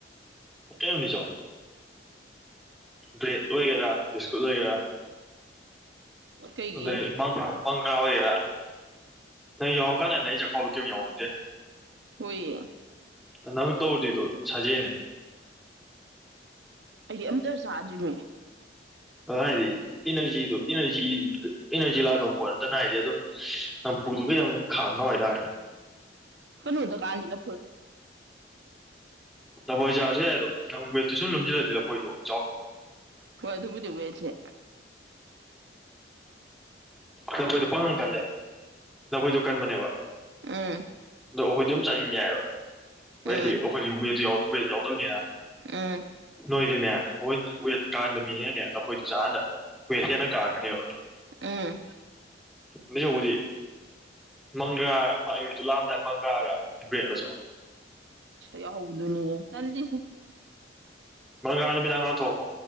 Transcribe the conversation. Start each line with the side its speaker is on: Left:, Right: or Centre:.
Centre: ꯀꯅꯤ ꯆꯥꯎ ꯕ꯭ꯔꯦꯗ ꯑꯣꯏꯒꯦꯔꯥ ꯕꯤꯁꯀꯨꯠ ꯑꯣꯏꯒꯦꯔꯥ
Right: ꯀꯩꯒꯤ
Centre: ꯑꯗꯩꯥꯡꯥꯡ ꯥ ꯑꯣꯏꯒꯦꯔꯥ ꯅꯪ ꯌꯧꯉ ꯀꯥꯟꯗꯅꯦ ꯑꯩ ꯆꯈꯥꯎꯗꯣ ꯀꯩꯝ ꯌꯥꯧꯗꯦ
Right: ꯍꯣꯏꯌꯦ
Centre: ꯅꯪ ꯇꯧꯗꯣꯏꯗꯣ ꯁꯥꯖꯦꯅꯤ
Right: ꯑꯩꯗꯤ ꯑꯝꯇ ꯆꯥꯗ꯭ꯔꯤꯅꯦ
Centre: ꯑ ꯍꯥꯏꯗꯤ ꯏꯅꯔꯖꯤꯗꯣ ꯏꯅꯔꯖꯤꯗ ꯏꯅꯔꯖꯤ ꯂꯥꯛꯊꯣꯛꯄꯣ ꯅꯠꯇꯅ ꯍꯥꯏꯗꯤ ꯑꯗꯨꯝ ꯅꯝꯐꯨꯗꯨꯒꯩ ꯌꯥꯝ ꯈꯥꯡꯅꯕ ꯍꯥꯏꯇꯥꯔꯦ
Right: ꯐꯗꯣ ꯀꯥꯡꯥꯖꯤꯂ
Centre: ꯂꯐꯣꯏ ꯆꯥꯕꯁꯨ ꯌꯥꯏ ꯑꯗꯣ ꯅꯪ ꯕꯦꯠꯇꯨ ꯁꯨꯝ ꯂꯨꯝꯝꯁꯤꯜꯂꯗꯤ ꯂꯐꯣꯏ ꯊꯣꯛꯣꯛꯎ
Right: ꯍꯣꯏ ꯊꯕꯨꯗꯤꯕꯦꯁ
Centre: ꯅꯐꯣꯏꯗꯣ ꯄꯥꯉꯪ ꯀꯜꯂꯦꯕ ꯅꯐꯣꯏꯗꯣ ꯀꯟꯕꯅꯦꯕ
Right: ꯑꯝ
Centre: ꯑꯗꯣ ꯑꯩꯈꯣꯏꯗꯤ ꯑꯗꯨꯝ ꯆꯥꯅꯤꯡ ꯌꯥꯏꯑꯕ ꯍꯗꯤ
Right: ꯎꯝ
Centre: ꯑꯩꯈꯣꯏ ꯋꯦꯗ ꯌꯥꯎ ꯋꯦ ꯌꯥꯎ ꯅꯦꯔ
Right: ꯎꯝ
Centre: ꯅꯣꯏꯁꯤꯅꯦ ꯑꯩꯣꯏ ꯋꯦꯠ ꯀꯥꯟꯕ ꯃꯤꯅꯦꯅꯅꯦ ꯂꯐꯣꯏꯗꯨ ꯆꯥ ꯍꯥꯟꯗ ꯋꯦꯠ ꯍꯦꯟꯅ ꯀꯥꯔꯛꯀꯅꯦꯕ
Right: ꯎꯝ
Centre: ꯅꯤꯡꯁꯨ ꯎꯗꯤ ꯃꯪꯒ꯭ꯔꯥ ꯑꯌꯨꯗꯨꯨ ꯂꯥꯑꯝꯗꯥꯏ ꯃꯪꯒ꯭ꯔꯥꯔ ꯕ꯭ꯔꯦꯗꯂꯁꯨ
Right: ꯌꯥꯎꯍꯧꯗꯨꯅꯤꯌꯦ ꯆꯜꯂꯤꯁꯨ
Centre: ꯃꯪꯒꯥꯟ ꯃꯤꯗꯥꯉꯅꯥ ꯊꯣꯃꯣ